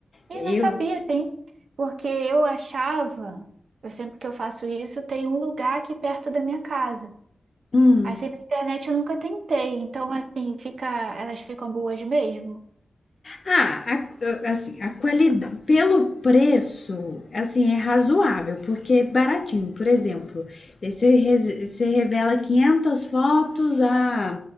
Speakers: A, on the right (about 80°); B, on the left (about 55°).
A: E
B: Eu,
A: não sabia, assim, porque eu achava, eu sempre que eu faço isso, tem um lugar aqui perto da minha casa.
B: hum,
A: Assim, na internet eu nunca tentei, então assim, fica, elas ficam boas mesmo.
B: Ah, a- assim, a qualidade, pelo preço, assim, é razoável, porque é baratinho. Por exemplo, aí você, res- você revela 500 fotos a,